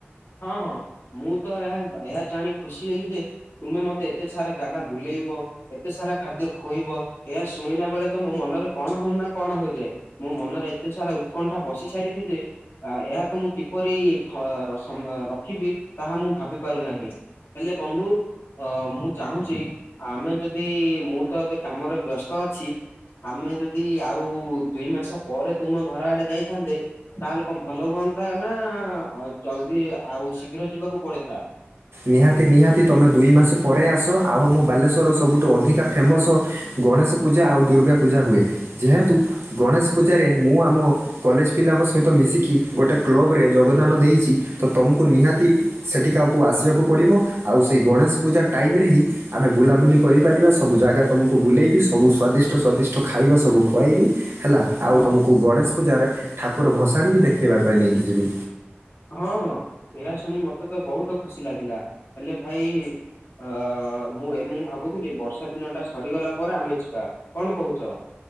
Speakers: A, on the left; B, on the right.
A: ହଁ ହଁ ମୁଁ ତ ଏହା ଏହା ଜଣି ଖୁସି ହେଲି ଯେ ତୁମେ ମତେ ଏତେ ସାରା ଜାଗା ବୁଲେଇବ। ଏତେ ସାରା ଖାଦ୍ୟ ଖୁଏଇବ ଏହା ଶୁଣିଲା ବେଳେ ତ ମୋ ମନରେ କଣ ହଉନା କଣ ହୋଇଯାଏ। ମୋ ମନରେ ଏତେ ସାରା ଉତ୍କଣ୍ଠା ବସି ସାରିଛି ଯେ ଏହାକୁ ମୁଁ କିପରି ରଖିବି ତାହା ମୁଁ ଭାବି ପାରୁନାହିଁ ହେଲେ ବନ୍ଧୁ ଅ ମୁଁ ଚାହୁଁଛି ଆମେ ଯଦି ମୁଁ ତ ଏବେ କାମରେ ବ୍ୟସ୍ତ ଅଛି। ଆମେ ଯଦି ଆଉ ଦୁଇ ମାସ ପରେ ତୁମ ଘର ଆଡେ ଯାଇଥାନ୍ତେ ତାହେଲେ କଣ ଭଲ ହୁଅନ୍ତା ନା ଜଲଦି ଆଉ ଶୀଘ୍ର ଯିବାକୁ ପଡନ୍ତା।
B: ନିହାତି ନିହାତି ତୁମେ ଦୁଇ ମାସ ପରେ ଆସ ଆଉ ଆମ ବାଲେଶ୍ୱରର ସବୁଠୁ ଅଧିକା ଫେମସ ଗଣେଶ ପୂଜା ଆଉ ଦୁର୍ଗା ପୂଜା ହୁଏ ଯେହେତୁ ଗଣେଶ ପୂଜାରେ ମୁଁ ଆମ କଲେଜ ପିଲାଙ୍କ ସହିତ ମିଶିକି ଗୋଟେ କ୍ଲବରେ ଯୋଗଦାନ ଦେଇଛି ତ ତୁମକୁ ନିହାତି ସେଠିକି ଆକୁ ଆସିବାକୁ ପଡ଼ିବ ଆଉ ସେହି ଗଣେଶ ପୂଜା ଟାଇମ ରେ ହିଁ ଆମେ ବୁଲାବୁଲି କରିପାରିବା ସବୁ ଜାଗା ତୁମକୁ ବୁଲେଇବି ସବୁ ସ୍ୱାଦିଷ୍ଟ ସ୍ୱାଦିଷ୍ଟ ଖାଇବା ସବୁ ଖୁଆଇବି ହେଲା
A: ହଁ
B: ଆଉ ତୁମକୁ ଗଣେଶ ପୂଜାରେ ଠାକୁର ଭସାଣି ବି ଦେଖେଇବା ପାଇଁ ନେଇକି ଯିବି।
A: ହଁ ହଁ ଏହା ଶୁଣି ମତେ ତ ବହୁତ ଖୁସି ଲାଗିଲା ହେଲେ ଭାଇ ଅ ମୁଁ ଭାବୁଥିଲି ବର୍ଷା ଦିନଟା ସରିଗଲା ପରେ ଆମେ ଯିବା କଣ କହୁଛ?